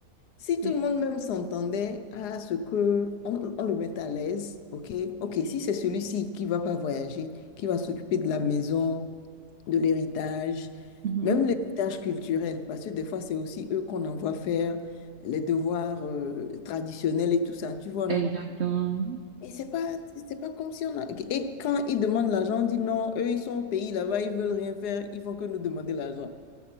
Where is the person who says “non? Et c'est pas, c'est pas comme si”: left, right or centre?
Left